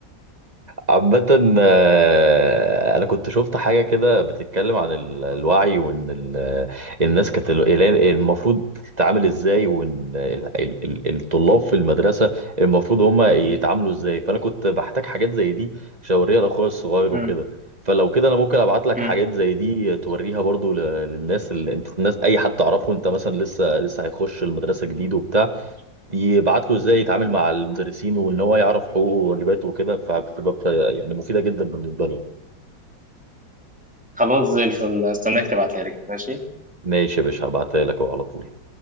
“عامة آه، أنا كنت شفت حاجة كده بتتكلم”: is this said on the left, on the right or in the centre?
Right